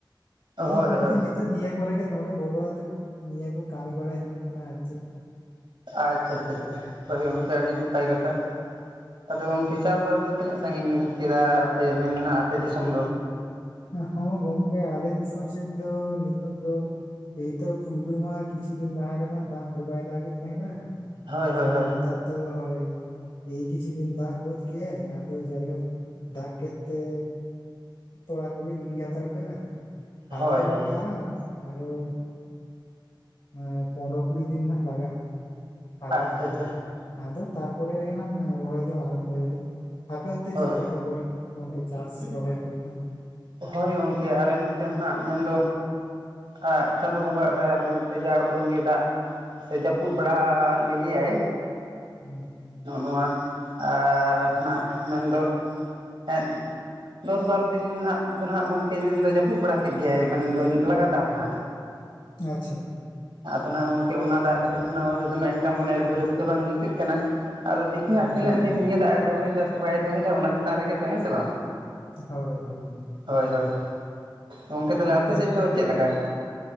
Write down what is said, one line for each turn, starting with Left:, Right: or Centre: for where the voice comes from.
Right: ᱦᱳᱭ
Left: ᱟᱫᱚ
Right: ᱦᱳᱭ
Left: ᱚᱱᱟ ᱠᱷᱟᱹᱛᱤᱨ ᱱᱤᱛᱚᱜ ᱱᱤᱭᱟᱹ ᱠᱚᱨᱮ ᱜᱮ ᱱᱚᱰᱮ ᱵᱚᱞᱚ ᱟᱛᱮ ᱱᱤᱭᱟᱹ ᱠᱚ ᱠᱟᱹᱢᱤ ᱵᱟᱲᱟᱭ ᱦᱩᱭᱩᱜ ᱠᱟᱱᱟ ᱟᱨ ᱪᱮᱫ
Right: ᱟᱪᱪᱷᱟ ᱪᱷᱟ ᱪᱷᱟ ᱦᱳᱭ ᱜᱚᱝᱠᱮ ᱟᱹᱰᱤ ᱱᱟᱯᱟᱭ ᱠᱟᱛᱷᱟ ᱟᱫᱚ ᱜᱚᱝᱠᱮ ᱪᱟᱥᱵᱟᱥ ᱫᱚ ᱛᱤᱱᱟᱹᱜ ᱥᱟᱺᱜᱤᱧ ᱠᱮᱫᱟ ᱯᱮ ᱢᱮᱱ ᱫᱚ ᱱᱟᱦᱟᱸᱜ ᱟᱯᱮ ᱫᱤᱥᱚᱢ ᱫᱚ ᱾
Left: ᱦᱚᱸ ᱜᱚᱢᱠᱮ ᱟᱞᱮ ᱫᱤᱥᱚᱢ ᱥᱮᱫ ᱫᱚ ᱱᱤᱛᱚᱜ ᱫᱚ ᱮᱭᱛᱚ ᱯᱩᱭᱞᱩ ᱢᱟ ᱠᱤᱪᱷᱩ ᱫᱤᱱ ᱞᱟᱦᱟ ᱨᱮᱢᱟ ᱫᱟᱜ ᱜᱮ ᱵᱟᱭ ᱫᱟᱜ ᱮᱫ ᱛᱟᱦᱮᱸᱱᱟ ᱾
Right: ᱦᱳᱭ ᱦᱳᱭ
Left: ᱟᱫᱚ
Right: ᱦᱳᱭ
Left: ᱱᱮᱛᱟᱨ ᱫᱚ ᱦᱳᱭ ᱮᱭ ᱠᱤᱪᱷᱩ ᱫᱤᱱ ᱫᱟᱜ ᱜᱚᱫ ᱠᱮ-ᱟᱭ ᱟᱫᱚ ᱡᱟᱭᱜᱟ ᱫᱟᱜ ᱠᱮᱫ ᱛᱮ ᱛᱚᱲᱟ ᱠᱚᱞᱮ ᱜᱤᱰᱤ ᱦᱟᱛᱟᱲ ᱯᱮ ᱦᱟᱨᱟ
Right: ᱦᱳᱭ
Left: ᱫᱚ
Right: ᱦᱳᱭ
Left: ᱟᱹᱣᱨᱤ ᱦᱟᱨᱟᱜᱼᱟ᱾ ᱟᱨᱚ ᱮᱸ ᱯᱚᱱᱨᱚ ᱠᱩᱲᱤ ᱫᱤᱱ ᱦᱟᱸᱜ ᱞᱟᱜᱟᱜᱼᱟ᱾ ᱦᱟᱨᱟᱛᱮ
Right: ᱟᱪᱪᱷᱟ ᱟᱪᱪᱷᱟ
Left: ᱟᱫᱚ ᱛᱟᱨ ᱯᱚᱨᱮ ᱨᱮᱜᱮ ᱱᱟᱜ ᱨᱚᱦᱚᱭ ᱫᱚ ᱟᱨᱟᱢᱵᱚᱭ ᱟᱞᱮ ᱾ ᱟᱯᱮ ᱚᱱᱛᱮ
Right: ᱦᱳᱭ
Left: ᱪᱮᱞᱠᱟ ᱠᱷᱚᱵᱚᱨ ᱜᱚᱝᱠᱮ ᱪᱟᱥ ᱨᱚᱦᱚᱭ ᱠᱚᱨᱮᱱᱟᱜ,
Right: ᱦᱳᱭ ᱜᱚᱢᱠᱮ ᱟᱞᱮ ᱱᱚᱛᱮ ᱦᱚᱸ ᱱᱟᱜ ᱢᱮᱱᱫᱚ ᱟᱸ ᱪᱟᱸᱫᱳ ᱵᱚᱸᱜᱟᱣᱟᱜ ᱫᱟᱭᱟ ᱫᱩᱞᱟᱹᱲ ᱛᱮ ᱡᱟ ᱩᱰᱟᱹᱝ ᱜᱮ ᱫᱟᱜ ᱥᱮ ᱡᱟᱹᱯᱩᱫ ᱵᱟᱲᱟ ᱞᱮᱜᱮᱭᱟᱭ,
Left: <inaudible>
Right: ᱱᱚᱜᱼᱚ ᱱᱚᱣᱟ ᱟᱨ ᱦᱟᱸᱜ ᱢᱮᱱᱫᱚ ᱮᱱ ᱫᱚᱥ ᱵᱟᱨᱚ ᱫᱤᱱ ᱱᱟ-ᱦᱟᱸᱜ ᱫᱚ ᱱᱟᱦᱟᱸᱜ ᱜᱚᱝᱠᱮ ᱩᱱᱫᱚ ᱡᱟᱹᱯᱩᱫ ᱵᱟᱲᱟ ᱠᱮᱜ ᱜᱮᱭᱟᱭ ᱢᱮᱱ ᱫᱚ ᱞᱟᱜᱟᱛᱟᱨ ᱱᱟᱜ ᱾
Left: ᱟᱪᱪᱷᱟ
Right: ᱟᱫᱚ ᱱᱟᱦᱟ-ᱜ ᱜᱚᱝᱠᱮ ᱚᱱᱟ ᱫᱟᱜ ᱠᱟᱛᱮᱜ ᱫᱚᱢᱮ ᱮᱴᱟ ᱢᱚᱱᱮ ᱨᱮᱫᱚ ᱨᱟᱹᱥᱠᱟᱹ ᱵᱟᱝ ᱟᱹᱭᱤᱠᱟᱹᱜ ᱠᱟᱱᱟ ᱾ ᱟᱫᱚ ᱫᱤᱠᱠᱷᱤᱱᱟᱜ
Left: ᱦᱩᱸ
Right: ᱛᱤᱱᱟᱹᱜ ᱫᱤᱱ ᱱᱤᱭᱟᱹ ᱫᱟᱜ ᱮ ᱫᱚᱦᱚᱭ ᱮᱫᱟ ᱥᱮ ᱵᱟᱭ ᱫᱚᱦᱚᱭ ᱮᱫᱟ ᱚᱱᱟ ᱪᱮᱛᱟᱱ ᱨᱮᱜᱮ ᱛᱚ ᱦᱮᱸ ᱥᱮ ᱵᱟᱝ ᱾
Left: ᱦᱳᱭ ᱦᱳᱭ
Right: ᱦᱳᱭ ᱦᱳᱭ ᱜᱚᱢᱠᱮ ᱛᱟᱦᱚᱞᱮ
Left: ᱟᱫᱚ
Right: ᱟᱯᱮ ᱥᱮᱫ ᱫᱚ ᱪᱮᱫ ᱞᱮᱠᱟ ᱾